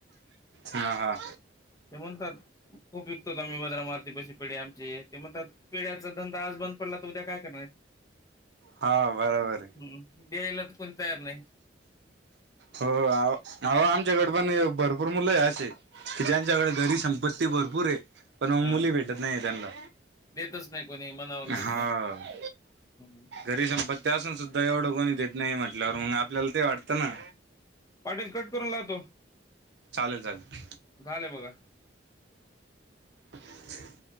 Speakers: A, on the right; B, on the left.
A: हा हा.
B: ते म्हणतात खूप विकतोतो आम्ही वद्र मारुती पशी पेडे आमचे. ते म्हणतात पेढ्याचा धंदा आज बंद पडला तर, उद्या काय करणार.
A: हा बरोबर आहे.
B: हम्म. द्यायला कोणी तयार नाही.
A: हो. आवो आमच्याकडे पण भरपूर मुलं आहे असे. की ज्यांच्याकडे घरी संपत्ती भरपूर हय. पण अ
B: हा
A: मुली भेटत नाही त्यांना.
B: देतच नाही कोणी मनावर घेत
A: हा.
B: नाही. <unintelligible>
A: घरी संंपत्ती असून सुद्धा एवढं कोणी देत नाही म्हटल्यावर मग आपल्याला ते वाटतं ना.
B: पाठीत कट करून लावतो.
A: चालेल चालेल.
B: झालंय बघा.
A: <inaudible>